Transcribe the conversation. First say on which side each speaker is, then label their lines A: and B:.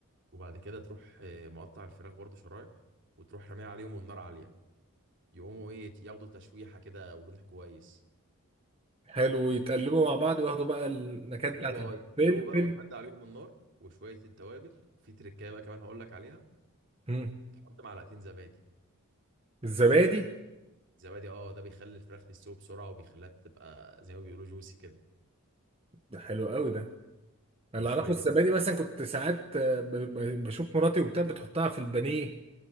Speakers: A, on the right; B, on the right.
A: وبعد كده تروح آه، مقطع الفراخ برضو شرايح وتروح راميها عليهم والنار عاليه يقوموا ايه ياخدوا تشويحه كده ولون كويس
B: حلو يتقلبوا مع بعض وياخدوا بقى النكهات
A: تقلبوا
B: بتاعت الفلفل
A: اه تقلبوا بقى وتحد عليهم النار وشويه التوابل في تركايه بقى كمان هقول لك عليها
B: مم.
A: حط معلقتين زبادي
B: الزبادي
A: زبادي اه ده بيخلي الفراخ تستوي بسرعه وبيخليها تبقى زي ما بيقولوا جوسي كده
B: ده حلو قوي ده اللي
A: وشويه
B: اعرفه الزبادي مثلا كنت ساعات آه، ب- ب- بشوف مراتي وبتاع بتحطها في البانيه